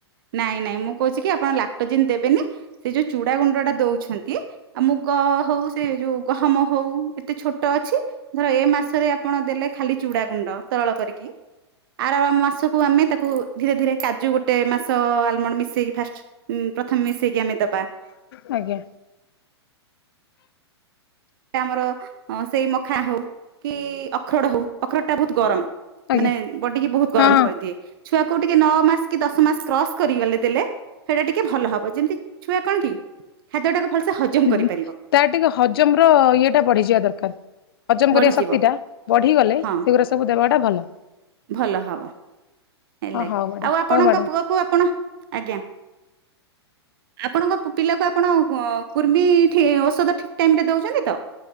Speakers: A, on the right; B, on the left.
A: ନାଇଁ, ନାଇଁ, ମୁଁ କହୁଚିକି, ଆପଣ ଲାକ୍ଟୋଜିନ୍‌ ଦେବେନି। ସେ ଯୋଉ ଚୁଡା ଗୁଣ୍ଡ ଟା ଦଉଛନ୍ତି ଆଉ ମୁଗ ହଉ, ସେ ଯୋଉ ଗହମ ହଉ, ଏତେ ଛୋଟ ଅଛି। ଧର, ଏ ମାସରେ ଆପଣ ଦେଲେ ଖାଲି ଚୁଡ଼ା ଗୁଣ୍ଡ ତରଳ କରିକି ଆର ମାସକୁ ଆମେ ତାକୁ ଧୀରେ ଧୀରେ କାଜୁ, ଗୋଟେ ମାସ ତ ଆଲମଣ୍ ମିଶେଇକି ଫାଷ୍ଟ, ପ୍ରଥମେ ମିଶେଇକି ଆମେ ଦବା।
B: ଆଜ୍ଞା।
A: ସେ ଆମର ସେଇ ମଖା ହଉ କି ଅଖରୋଡ ହଉ, ଅଖରୋଡ ଟା ବହୁତୁ ଗରମ।
B: ଆଜ୍ଞା।
A: ମାନେ, ବଡ଼ିକି ବହୁତୁ ଗରମ
B: ହଁ
A: କରିଦିଏ। ଛୁଆ କୁ ଟିକେ ନଅ ମାସେ କି ଦଶ ମାସେ କ୍ରସ କରିଗଲେ, ଦେଲେ ସେଇଟା ଟିକେ ଭଲ ହବ। ଯେମିତି ଛୁଆ କଣ କି ଖାଦ୍ୟ ଟାକୁ ଭଲସେ ହଜମ
B: ଉଁ,
A: କରିପାରିବ।
B: ତାର ଟିକେ ହଜମ ର ଇଏ ଟା ବଢ଼ିଯିବା ଦରକାର। ହଜମ କରିବା
A: ବଢିଯିବ
B: ଶକ୍ତି ଟା ବଢିଗଲେ,
A: ହଁ
B: ସେଗୁରା ସବୁ ଦେବାଟା ଭଲ।
A: ଭଲ ହବ। ହେଲା
B: ଅ ହଉ
A: କି
B: ମ୍ୟାଡାମ
A: ଆଉ ଆପଣଙ୍କ
B: ହଉ ମ୍ୟାଡାମ।
A: ପୁଅ କୁ ଆପଣ, ଆଜ୍ଞା। ଆପଣଙ୍କ ପିଲାକୁ ଆପଣ କୁର୍ମି ଠି ଔଷଧ ଠିକ୍ ଟାଇମ୍ ରେ ଦଉଛନ୍ତି ତ?